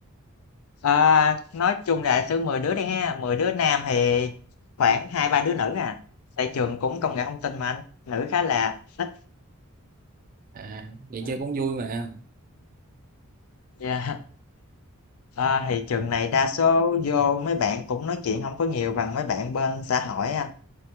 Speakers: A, on the left; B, on the right.
A: ờ, nói chung là thứ 10 đứa đi ha 10 đứa nam thì khoảng hai ba đứa nữ à tại trường cũng công nghệ thông tin mà anh nữ khá là ít
B: à vậy
A: Ừ.
B: chơi cũng vui mà
A: Dạ, à, thì trường này đa số vô mấy bạn cũng nói chuyện không có nhiều bằng mấy bạn bên xã hội anh.